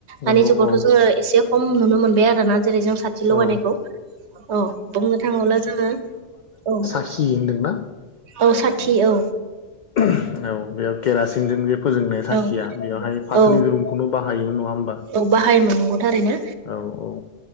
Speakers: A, on the left; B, on the right.
A: नंगौ
B: दानि जुगावथ'
A: औ
B: जोङो एसे खम नुनो मोनबाय आरोना जेरै जों सा थि लगानायखौ
A: औ
B: औ बुंनो थाङोब्ला जोङो औ
A: खि होनदोंना?
B: औ साथि औ
A: औ बेयाव केरासिनजों जे फोजोंनाय साखिया
B: औ
A: बेवहाय फाथोनि
B: औ
A: दुरुं नो बाहायोमोन नङा होमबा
B: औ बाहायोमोन नंगौ थारैनो
A: औ औ